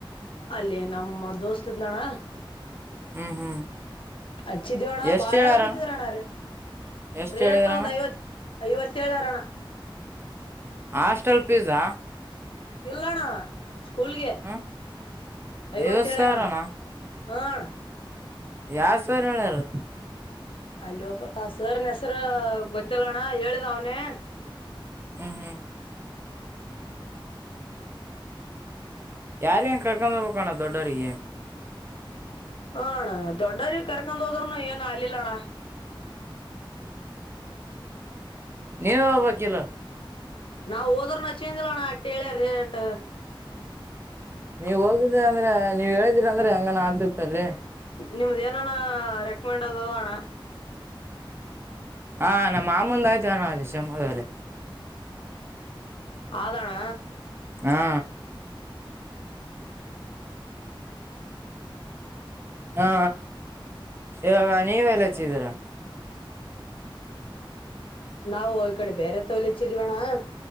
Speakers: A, on the left; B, on the right.
A: ಅಲ್ಲಿೇ ನಮ್ಮ ದೋಸ್ತ್ ಇದ್ದಣ
B: ಹ್ಮ್ ಹ್ಮ್
A: ಅಚ್ಚಿ ದವಣ
B: ಎಷ್ಟ್
A: ಬಳಳ
B: ಹೇಳ್ಯಾರಣ
A: ಕಚ ರ <unintelligible> ನ
B: ಎಷ್ಟ್
A: ರೇಟ
B: ಹೇಳಿದ್ರಣ್ಣ
A: ಒದಐವತ್ತು ಐವತ್ತೇಳಳರಣ
B: ಹಾಸ್ಟೆಲ್ ಫಿಸ್ಸಾ
A: ಇಲ್ಲಣ್ಣ ಸ್ಕೂಲ್ಗೆ
B: ಹ್ಮ್
A: ಐವತ್ತೇಳರಣ್ಣ
B: ಐವತ್ ಸಾವಿರಣ
A: ಆ ಅಣ್ಣ
B: ಯಾವ ಸರ್ ಹೇಳಾರ್
A: ಅಲ್ಲಿ ಒಬ್ಬತ್ತ ಸರ್ ನ ಹೆಸರು ಗೊತ್ತಿಲ್ಲಣ್ಣ ಹೇಳಿದ್ ಅವನೇ
B: ಹ್ಮ್ ಹ್ಮ್ ಯಾರ ಕರ್ಕೊಂಡ್ ಹೋಗ್ಬೇಕೋಣ್ಣ ದೊಡ್ ಡರಿ ಯೇ
A: ಹಣ ದೊಡ್ಡ ಕರಕನ್ ತೋದರ್ನ ಅಯ್ಯ ನಾಲಿಲ್ಲಣಾ
B: ನೀವ ಹೋಗ್ಬೇಕಿಲ್ಲ
A: ನಾವವು ಹೋದ್ರ ನ ಚಿಂದಿಲ್ಲಣ್ಣ ಅಟ್ಟಿ ಹೇಳ್ಯ ರೇಟ್
B: ನೀವ್ ಹೋಗಿದ್ದ ಅಂದ್ರೆ ನೀವ್ ಹೇಳಿದಿರ ಅಂದ್ರೆ ಹಂಗ ಅ ಚಲ
A: ನಿಮ್ದ ಏನಾನ ರೆಕಮೆಂಡ್ ಅದ ಅಣ್ಣ
B: ಹಾ ನಮ್ಮ ಮಾಮಂದ ಆಯ್ತ್ ಚಮ್ಮಾಗಲೆ
A: ಆದದಾನ
B: ಹಾ ಹಾ ಹ ನೀವೆಲ್ಲಚ್ಚಿದೀರಾ
A: ನಾವು ಈ ಕಡೆ ಬೇರೆ ತವಲಿ ಇಚ್ಚಿದೀವಣ್ಣ